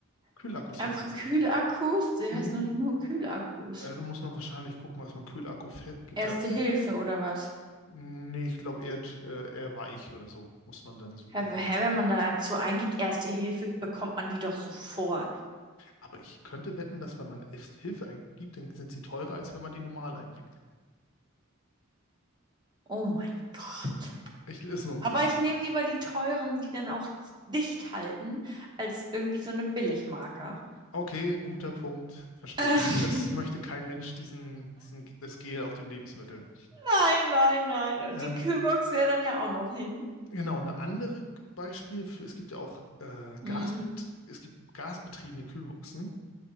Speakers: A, on the left (about 80°); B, on the right (about 20°).
A: Kühlakkus
B: <laughs> Einfach
A: heißen sie.
B: Kühlakkus? Die
A: Mhm.
B: heißen doch nicht nur Kühlakkus.
A: Also, da muss man wahrscheinlich gucken, was man Kühlakku, gibt
B: Erste
A: es ja ein, F-
B: Hilfe oder was?
A: nee, ich glaube eher, G- äh, eher weich oder so, muss man dann suchen.
B: Hä, hä, wenn man dazu eingibt, Erste Hilfe, bekommt man die doch sofort.
A: Aber ich könnte wetten, dass wenn man erst Hilfe eingibt, dann sind sie teurer, als wenn man die normal eingibt.
B: Oh mein Gott.
A: Ich ist nur ein
B: Aber
A: Gefühl.
B: ich nehme lieber die teuren, die dann auch dicht halten, als irgendwie so eine Billigmarke.
A: Okay, guter Punkt, verstehe
B: <laughs>
A: ich. Das möchte kein Mensch, diesen, diesen, das Gel auf dem Lebensmittel.
B: Nein, nein, nein. Und
A: Ähm,
B: die Kühlbox wäre dann ja auch noch hin.
A: genau, ein anderes Beispiel für, es gibt ja auch äh,
B: Hm.
A: Gasbet es gibt gasbetriebene Kühlboxen.